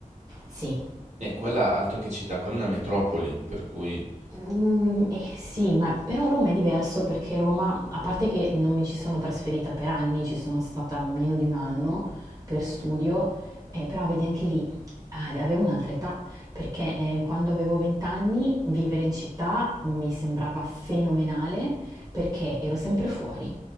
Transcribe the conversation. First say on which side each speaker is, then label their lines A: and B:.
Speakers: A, on the right (about 25°); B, on the right (about 55°).
A: Sì,
B: E eh, quella altro che città, quella è una metropoli, per cui
A: Mm, eh, sì, ma però Roma è diverso perché Roma, a parte che non mi ci sono trasferita per anni, ci sono stata meno di un anno per studio, eh, però vedi anche lì, ah, avevo un'altra età, perché eh, quando avevo 20 anni vivere in città mi sembrava fenomenale perché ero sempre fuori,